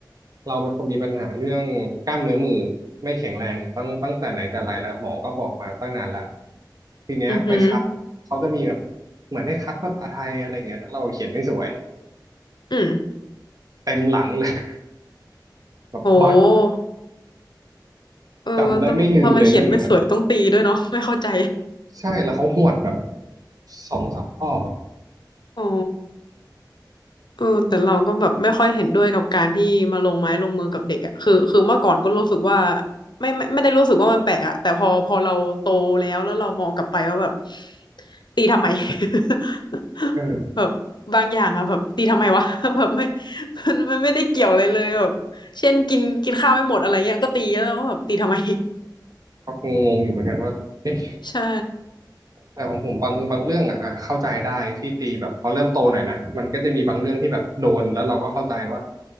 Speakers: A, on the right; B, on the left.
A: เราเป็นคนมีปัญหาเรื่องกล้ามเนื้อมือไม่แข็งแรงตั้งตั้งแต่ไหนแต่ไรแล้วหมอก็บอกมาตั้งนานแล้วทีเนี้ยไปคัดเขาจะมีแบบเหมือนให้คัดภาษาไทยอะไรเงี้ยแล้วเราเขียนไม่สวย
B: อือหืออืม
A: เต็มหลังเลย <laughs> แบบบัก
B: โหเออทำทำไมเขียนไม่สวยต้องตีด้วยเนาะไม่เข้าใจ
A: จำได้ไม่ลืมเลยเรื่องนั้นอะใช่แล้วเขาหวดแบบสองสามรอบอ่ะ
B: <laughs> อ๋อ เออแต่เราก็แบบไม่ค่อยเห็นด้วยกับการที่มาลงไม้ลงมือกับเด็กอ่ะคือคือเมื่อก่อนก็รู้สึกว่าไม่ไม่ไม่ได้รู้สึกว่ามันแปลกอ่ะแต่พอพอเราโตแล้วแล้วเรามองกลับไปว่าแบบตีทำไม <laughs>
A: เออ
B: แบบบางอย่างอ่ะแบบตีทำไมวะ <laughs> แบบไม่ <laughs> มันมันไม่ได้เกี่ยวอะไรเลยแบบเช่นกินกินข้าวไม่หมดอะไรเงี้ยก็ตีแล้วว่าแบบตีทำไม
A: ก็งงๆอยู่เหมือนกันว่าเอ๊ะ
B: <laughs> ใช่
A: แต่ของผมบางบางเรื่องอ่ะอ่ะเข้าใจได้ที่ตีแบบพอเริ่มโตหน่อยนะมันก็จะมีบางเรื่องที่แบบโดนแล้วเราก็เข้าใจว่า